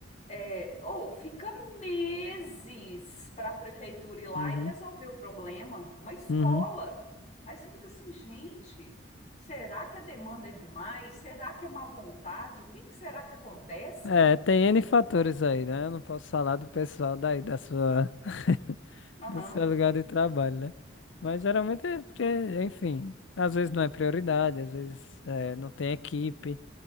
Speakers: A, on the left; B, on the left.
A: É, ou fica meses para a prefeitura ir lá
B: uhum,
A: e resolver o problema. Uma escola.
B: uhum.
A: Aí você fica assim, gente, será que a demanda é demais? Será que é má vontade? O que que será que acontece?
B: É, tem N fatores aí, né? Eu não posso falar do pessoal daí, da sua, <laughs>
A: Aham,
B: do seu lugar de trabalho, né? Mas geralmente é porque, enfim, às vezes não é prioridade, às vezes é, não tem equipe.